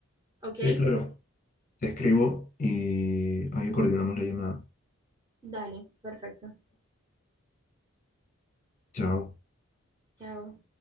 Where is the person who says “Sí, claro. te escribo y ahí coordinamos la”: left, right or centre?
Left